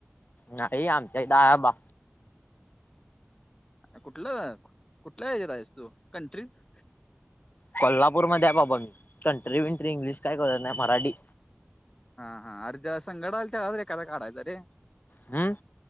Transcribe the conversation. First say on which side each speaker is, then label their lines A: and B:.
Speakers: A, on the left; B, on the left.
A: नाही आमच्या इथ आहे बा.
B: कुठलं कुठला याच्यात आहेस तू कंट्रीत?
A: कोल्हापूरमध्ये आहे बाबा मी कंट्री विंट्री इंग्लिश काय कळत नाही मराठी.
B: हा, हा अर् संगड आलता एखादा काडायत रे.
A: हम्म.